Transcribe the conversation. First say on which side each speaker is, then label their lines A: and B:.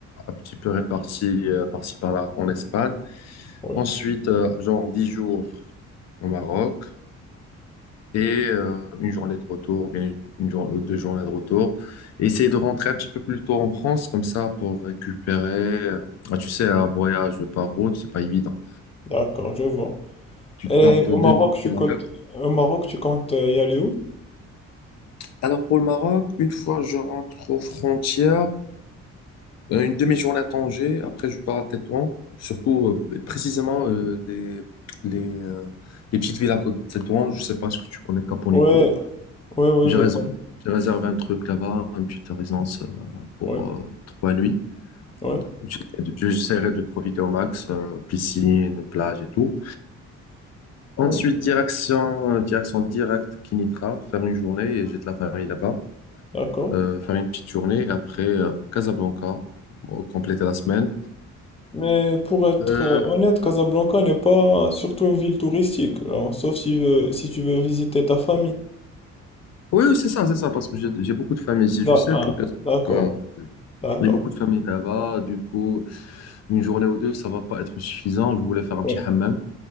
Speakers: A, on the left; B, on the left.
A: un petit peu répartie euh, par-ci par-là en Espagne.
B: oui,
A: Ensuite, euh, genre dix jours au Maroc et euh, une journée de retour, ou bien une jour- euh, deux journées de retour. Et essayer de rentrer un petit peu plus tôt en France, comme ça, pour récupérer. euh, ah, tu sais, un voyage par route, c'est pas évident.
B: d'accord, je vois.
A: Tu
B: Et
A: tapes
B: au
A: deux
B: Maroc, tu
A: kilomètres.
B: comptes, au Maroc, tu comptes euh, y aller où?
A: Alors pour le Maroc, une fois je rentre aux frontières, euh, une demi-journée à Tanger, après je pars à Tétouan, surtout euh, précisément euh, les, les, euh, les petites villes à côté de Tétouan. Je sais pas ce que tu connais Caponegro.
B: Ouais, ouais, ouais,
A: J'ai
B: je
A: réservé,
B: compte.
A: j'ai réservé un truc là-bas, une petite résidence euh, pour
B: Ouais,
A: euh, trois nuits.
B: ouais,
A: J'essaie de- J'essaierai de profiter au max, euh, piscine, plage et tout. Ensuite,
B: ouais,
A: direction, euh, direction directe Kinitra, faire une journée, et j'ai de la famille là-bas,
B: d'accord.
A: Euh, faire une petite journée, et après euh, Casablanca, pour compléter la semaine.
B: Mais pour être
A: Euh,
B: euh, honnête, Casablanca n'est pas surtout une ville touristique, alors, sauf si, veux- si tu veux visiter ta famille.
A: oui, oui, c'est ça, c'est ça, parce que j'ai j'ai beaucoup de familles ici.
B: Da-
A: Je sais que
B: ah,
A: Casablanca,
B: d'accord, d'accord.
A: il y a beaucoup de familles là-bas, du coup, une journée ou deux, ça va pas être suffisant. Je voulais faire un
B: Ouais,
A: petit hammam.